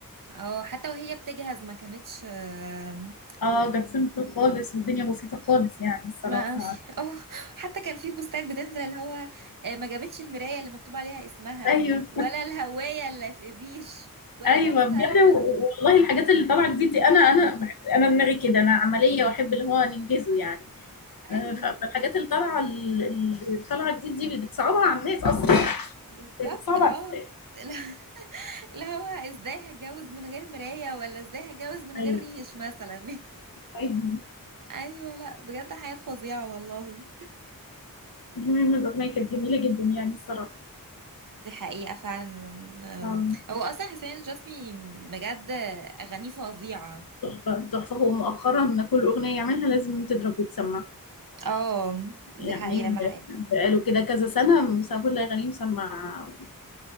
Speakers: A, on the right; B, on the left.
A: اه حتى وهي بتجهز ما كانتش آم،
B: اه كانت سيمبل خالص والدنيا بسيطة خالص يعني الصراحة
A: ما اه حتى كان في بوستات بتنزل اللي هو آه، ما جابتش المراية اللي مكتوب عليها اسمها
B: ايوه
A: ولا الهواية اللي في الريش ولا
B: ايوه
A: لابسة
B: بجد
A: ال...
B: و- والله الحاجات اللي طالعه جديد دي انا انا بح- انا دماغي كده انا عمليه واحب اللي هو ننجزه يعني
A: ايوه
B: آه، ف- فالحاجات اللي طالعه ال- ال- اللي طالعه جديد دي بتصعبها على الناس اصلا
A: بالظبط
B: بتصعبها
A: اه
B: على الناس
A: <laughs> اللي هو ازاي هتجوز من غير مراية ولا ازاي هتجوز من
B: ايوه
A: غير ريش مثلا <laughs>
B: ايوه
A: ايوه لا بجد حياة فظيعة والله
B: المهم الاغنيه كانت جميله جدا يعني الصراحه
A: دي حقيقة فعلا أم،
B: آه،
A: هو اصلا حسين الجسمي بجد اغانيه فظيعة
B: تحفه تحفه هو مؤخرا كل اغنيه يعملها لازم تضرب وتسمع
A: اه دي
B: يعني
A: حقيقة مع
B: بقاله كده كذا سنه مثلا كل اغانيه مسمع